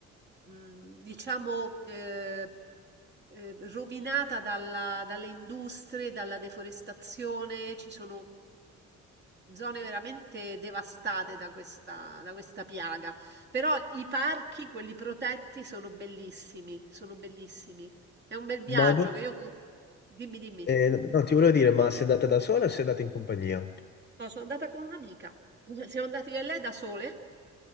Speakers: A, on the right (about 35°); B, on the left (about 35°).
A: mm, diciamo, eh, eh, rovinata dalla- dalle industrie, dalla deforestazione, ci sono zone veramente devastate da questa, da questa piaga. Però i parchi, quelli protetti, sono bellissimi, sono bellissimi. È un bel viaggio
B: Ma non-
A: che io... Dimmi, dimmi.
B: eh, no, ti volevo dire, ma sei andata da sola o sei andata in compagnia?
A: No, sono andata con un'amica. Siamo andati io e lei da sole